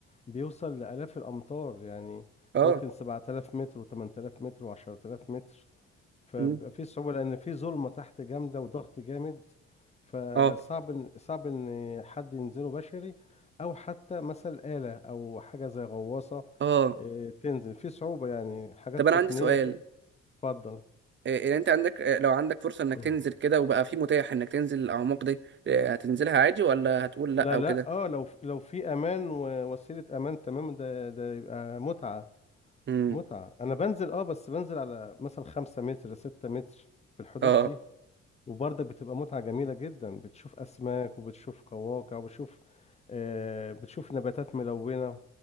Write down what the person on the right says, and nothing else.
اه
مم.
اه
اه
طب أنا
عندي سؤال
إيه إيه أنت عندك آه، لو عندك فرصة إنك
تنزل كده وبقى في متاح إنك تنزل الأعماق دي آه، هتنزلها عادي ولا هتقول
لأ أو
كده؟
مم.
اه